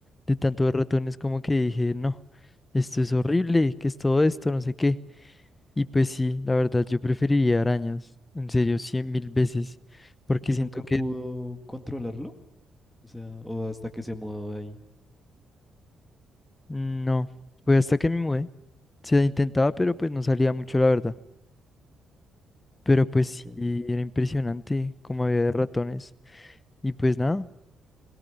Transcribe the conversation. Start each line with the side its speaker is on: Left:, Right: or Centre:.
Left: de tanto de ratones como que dije, no, esto es horrible, ¿qué es todo esto? No sé qué. Y pues sí, la verdad, yo preferiría arañas, en serio, cien mil veces, porque
Centre: Y
Left: siento
Centre: nunca pudo
Left: que
Centre: controlarlo, o sea, o hasta que se mudó de ahí.
Left: no, pues hasta que me mudé, se intentaba, pero pues no salía mucho, la verdad. Pero pues
Centre: Ok.
Left: sí, era impresionante como había de ratones. Y pues nada,